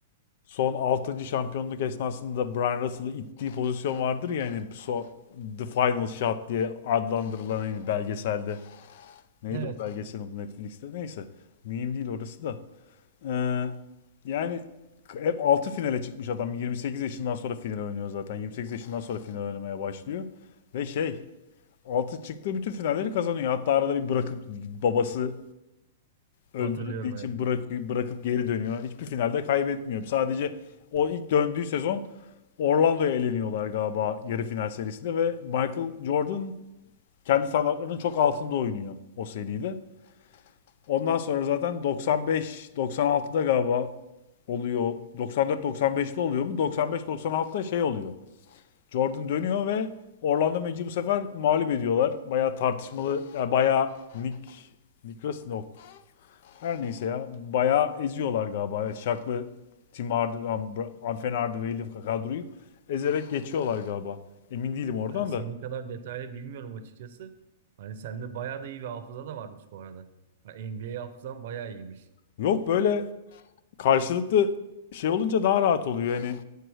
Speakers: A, on the left; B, on the right.
A: son altıncı şampiyonluk esnasında Brian Russell'ı ittiği pozisyon vardır ya hani so- The Final Shot diye adlandırılan hani belgeselde. Neydi
B: Evet.
A: o belgeselin adı Netflix'te? Neyse. Mühim değil orası da. Ee, yani hep 6 finale çıkmış adam. 28 yaşından sonra final oynuyor zaten. 28 yaşından sonra final oynamaya başlıyor. Ve şey 6 çıktığı bütün finalleri kazanıyor. Hatta arada bir bırakıp babası öldürüldüğü
B: Hatırlıyorum
A: için
B: evet.
A: bırak, bırakıp geri dönüyor. Hiçbir finalde kaybetmiyor. Sadece o ilk döndüğü sezon Orlando'ya eleniyorlar galiba yarı final serisinde ve Michael Jordan kendi standartlarının çok altında oynuyor o seride. Ondan sonra zaten 95-96'da galiba oluyor. 94-95'te oluyor bu. 95-96'da şey oluyor. Jordan dönüyor ve Orlando Magic'i bu sefer mağlup ediyorlar. Bayağı tartışmalı, yani bayağı Nick Nick Ross- yok. Her neyse ya. Bayağı eziyorlar galiba. Evet, Şaklı Tim Hard- Am- Bra- Amfen Hardaway'li kadroyu ezerek geçiyorlar galiba. Emin değilim oradan
B: Ben senin
A: da.
B: kadar detaylı bilmiyorum açıkçası. Hani sende bayağı da iyi bir hafıza da varmış bu arada. Hani NBA hafızan bayağı iyiymiş.
A: Yok böyle karşılıklı şey olunca daha rahat oluyor. Yani